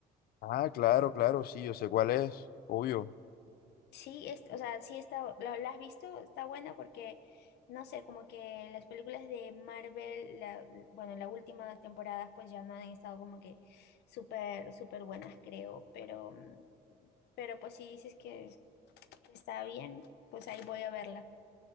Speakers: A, on the left; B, on the left.
A: Ah, claro, claro, sí, yo sé cuál es, obvio.
B: Sí, es- o sea, sí está, la, la has visto, está buena porque, no sé, como que las películas de Marvel, la, bueno, las últimas temporadas pues ya no han estado como que súper, súper buenas, creo, pero, mm, pero pues sí dices que que está bien, pues ahí voy a verla.